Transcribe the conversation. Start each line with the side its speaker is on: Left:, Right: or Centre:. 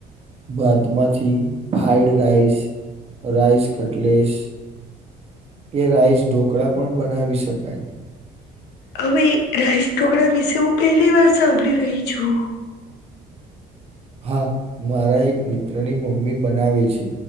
Right: ભતમાંથી ફ્રાઈડ રાઈસ રાઈસ કટલેસ એ રાઈસ ઢોકળા, પણ બનાવી શકાય
Left: હવે રાઈસ ઢોકળા વિશે હુ, પહેલી વાર સાંભળી રહી છુ.
Right: હા, મારા એક મિત્રની મમ્મી બનાવે છે.